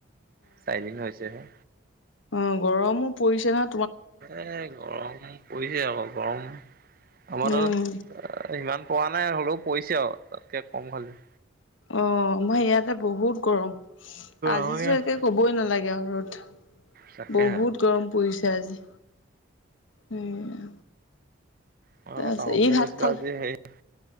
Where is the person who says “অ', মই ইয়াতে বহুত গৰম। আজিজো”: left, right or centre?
Left